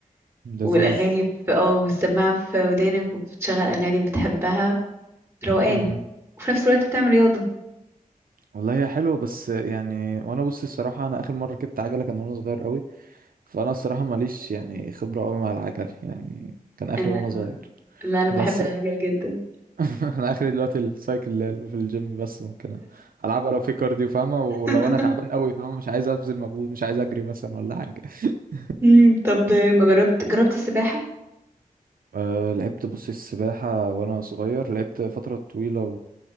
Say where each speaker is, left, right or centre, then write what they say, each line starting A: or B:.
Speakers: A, on the right; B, on the right.
A: لذيذ
B: والأغاني في اه والسماعة في ودانك وبتشغل أغاني بتحبها روقان
A: امم
B: وفي نفس الوقت بتعمل رياضة
A: والله هي حلوه بس يعني وانا بص الصراحه انا اخر مره ركبت عجله كان وانا صغير قوي فانا الصراحه ماليش يعني خبره قوي مع العجل يعني كان اخر
B: انا
A: وانا
B: انا
A: صغير
B: انا أنا بحب
A: بس
B: العجل جدا
A: <laughs> انا اخري دلوقتي السايكل اللي هي في الجيم بس ممكن العبها لو في كارديو فاهمة ولو
B: <laughs>
A: انا تعبان قوي فاهمة مش عايز ابذل مجهود مش عايز اجري مثلا ولا حاجة <laughs>
B: مم، طب ما جربت جربت السباحة
A: أه لعبت بص السباحة وأنا صغير لعبت فترة طويلة